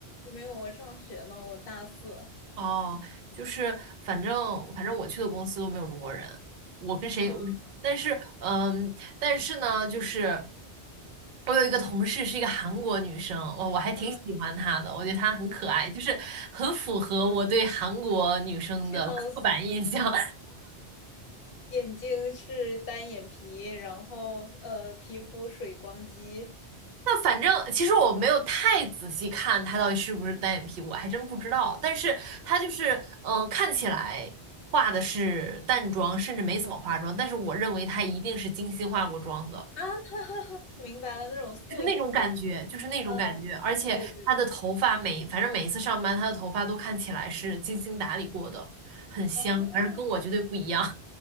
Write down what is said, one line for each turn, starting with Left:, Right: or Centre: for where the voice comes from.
Left: 没有，我上学呢，我大四。
Right: 哦，就是反正反正我去的公司都没有中国人，我跟谁，
Left: 啊，
Right: 但是嗯，但是呢，就是我有一个同事是一个韩国女生，我我还挺喜欢她的，
Left: 嗯，
Right: 我觉得她很可爱，
Left: <laughs>
Right: 就是很符合我对韩国女生的刻板印象。
Left: 笑死了。眼睛是单眼皮，然后呃，皮肤水光肌。
Right: 那反正其实我没有太仔细看她到底是不是单眼皮，我还真不知道。但是她就是，呃，看起来化的是淡妆，甚至没怎么化妆，但是我认为她一定是精心化过妆的，
Left: 啊，<laughs> 哈哈哈，明白了，那种素颜妆。
Right: 就是那种感觉，就是那种感觉。
Left: 嗯，
Right: 而且她的头发每，
Left: 对对对。
Right: 反正每一次上班，她的头发都看起来是精心打理过的，很香，
Left: 哦，
Right: 反正跟我绝对不一样。